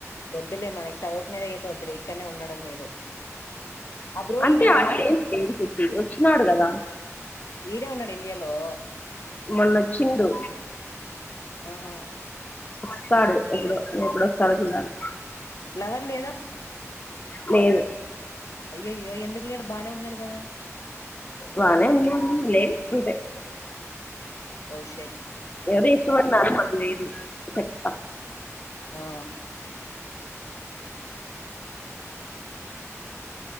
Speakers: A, on the left (about 80°); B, on the left (about 30°).
A: వద్దులే మనకి చదువుకునేది అయితే వద్దులే ఇక్కడనే ఉండడం మేలు. ఆ బ్రో
B: అంటే
A: ఇంక రాడా
B: అట్లేం లేదు శశి వచ్చినాడు కదా
A: ఈడే ఉన్నాడు ఇండియా లో
B: మొన్నోచ్చిండు
A: ఆహా
B: వస్తాడు ఎప్పుడో ఎప్పుడొస్తాడో చూడాలి
A: లవర్ లేదా
B: లేదు
A: అయ్యయో ఎందుకు లేడు బాగానే ఉన్నాడు కదా.
B: బాగానే ఉన్నాడు లే ఉంటే
A: ఓ షేట్
B: ఎవరి ఇష్టమా మాకు లేదు చెప్తా
A: ఆ